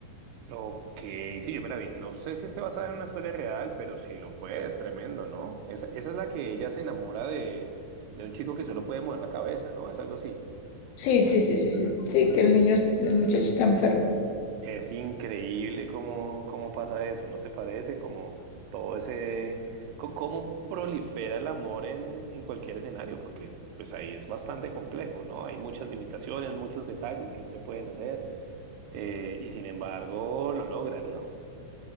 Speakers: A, on the right; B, on the left.
A: Ok, sí, yo me la vi. No sé si esté basada en una historia real, pero si lo fue, es tremendo, ¿no? Esa, esa es la que ella se enamora de, de un chico que solo puede mover la cabeza, ¿no? Es algo así.
B: Sí, sí, sí, sí, sí, sí,
A: Es,
B: que el niño, es- el muchacho está enfermo.
A: es increíble cómo, cómo pasa eso, ¿no te parece? Como todo ese, co- cómo prolifera el amor en, en cualquier escenario, porque pues ahí es bastante complejo, ¿no? Hay muchas limitaciones, muchos detalles que no se pueden hacer, eh, y sin embargo lo logran, ¿no?